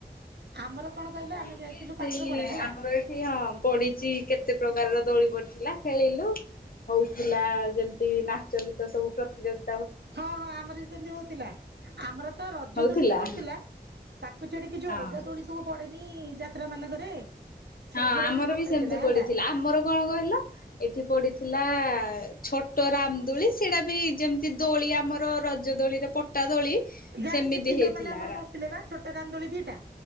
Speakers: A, on the right (about 85°); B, on the left (about 60°).
A: ଆମର କଣ କହିଲ
B: ଯାଇକି
A: ଆମେ ଯାଇଥିଲୁ
B: ସେଇ
A: ପାତ୍ରପଡା ହେଲା
B: ଆମର ଏଠି ହଁ ପଡିଛି କେତେ ପ୍ରକାରର। ଦୋଳି ପଡ଼ିଥିଲା ଖେଳିଲୁ ହଉଥିଲା ଯେମିତି ନାଚ ଗୀତ ସବୁ ପ୍ରତିଯୋଗି
A: ହଁ ହଁ ଆମର ବି ସେମତି ହଉଥିଲା ଆମର ତ ରଜ
B: ହଉଥିଲା
A: ଦୋଳି ବି ପଡିଥିଲା। ତାକୁ ଛାଡିକି
B: ହଁ
A: ଯୋଉ ଅଲଗା ଦୋଳି ସବୁ ପଡେଇ ନି ଯାତ୍ରା ମାନଙ୍କରେ ସେଗୁରା
B: ହଁ ଆମର
A: ପଡିଥିଲା
B: ବି ସେମିତି
A: ହେଲା
B: ପଡିଥିଲା ଆମର କଣ କହିଲ ଏଠି ପଡିଥିଲା। ଥିଲା ଛୋଟ ରାମଦୋଳି ସେଇଟା ବି ଯେମିତି ଦୋଳି ଆମର ରଜ ଦୋଳିରେ ପଟା ଦୋଳି
A: ଜାଣିଛେ
B: ସେମିତି
A: ପିଲାମାନେ
B: ହେଇଥିଲା
A: ଆମର
B: ରା
A: ବସିଲେ ବା ଛୋଟ ଦୋଳି ଦିଇଟା